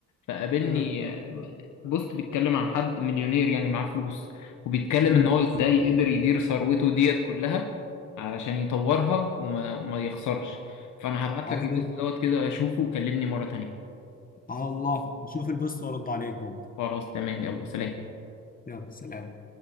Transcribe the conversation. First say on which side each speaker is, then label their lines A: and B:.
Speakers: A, on the left; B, on the left.
A: فقابلني
B: امم
A: آه، بوست بيتكلم عن حد مليونير يعني معاه فلوس وبيتكلم
B: امم
A: ان هو ازاي قدر يدير ثروته ديت كلها علشان يطورها وما, وما يخسرش فانا هبعت
B: قصدي
A: لك البوست دوت كده شوفه وكلمني مرة تانية
B: على الله نشوف البوست وارد عليك برضه
A: خلاص تمام يلا سلام
B: يلا سلام